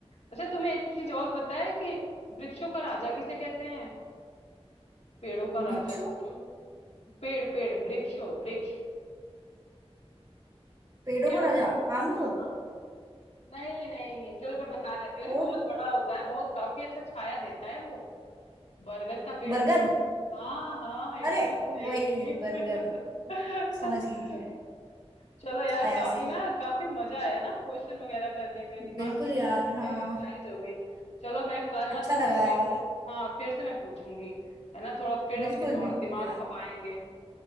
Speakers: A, on the left; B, on the right.
A: अच्छा तुम्हें एक चीज और पता है कि वृक्षों का राजा किसे कहते हैं पेड़ों का राजा
B: बिच्छू
A: सोचो पेड़ पेड़ वृक्षों वृक्ष
B: पेड़ों
A: पेड़ों
B: का राजा
A: का
B: आम
A: हाँ
B: को
A: नहीं नहीं चलो मैं बता देती हूँ अरे
B: और
A: बहुत बड़ा होता है बहुत काफी अच्छा छाया देता है वो बरगद का पेड़
B: बरगद
A: भाई हाँ हाँ एकदम
B: अरे
A: सही
B: वही बरगद
A: <laughs> <laughs> अ,
B: समझ गई थी मैं
A: चलो यार
B: छाया
A: काफी
B: से
A: ना काफी मजा आया ना क्वेश्चन वगैरह करने में दिमाग
B: बिल्कुल
A: की एकदम
B: यार
A: अच्छे
B: हाँ
A: से एक्सरसाइज हो गई चलो मैं कल ना
B: अच्छा
A: तुमसे
B: लगा
A: फिर
B: यार
A: से हाँ फिर से मैं पूछूंगी है ना थोड़ा फिर हम
B: बिल्कुल
A: दिमाग
B: बिल्कुल
A: दिमाग
B: यार
A: खपाएंगे